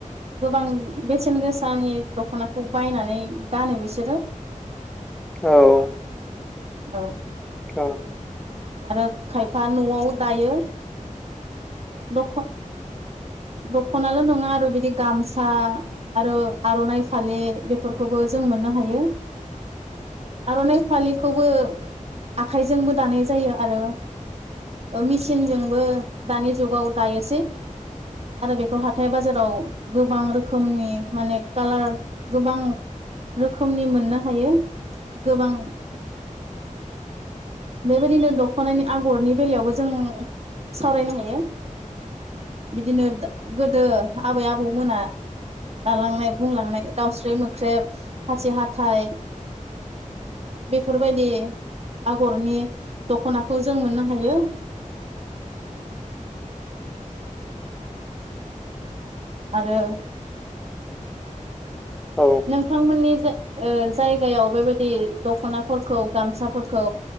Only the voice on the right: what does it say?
गोबां बेसेन गोसानि दख'नाखौ बायनानै गानो बिसोरो।
औ
आरो खायफा न'आव दायो। दख दख'नाल' नङा आरो बिदि गामसा आरो आर'नाइ फालि बेफोरखौबो जों मोनो नो हायो। आर'नाइ फालिखौबो आखाइजोंबो दानाय जायो आरो ओ मेचिनजोंबो दानि जुगाव दायोसै। आरो बेखौ हाथाय बाजाराव गोबां रोखोमनि माने कालार गोबां रोखोमनि मोननो हायो गोबां बेबायदिनो दख'नानि आगरनि बेलायावबो जों सावरायनो हायो। बिदिनो गोदो आबै आबौ मोना। दालांनाय बुंलांनाय दाउस्रि मोख्रेब खासि हाथाइ। बेफोरबायदि। आगरनि दखनाखौ जों मोननो हायो। आरो
नोंथांमोननि जाय ओ जायगायाव बेबायदि दखनाफोरखौ गामसाफोरखौ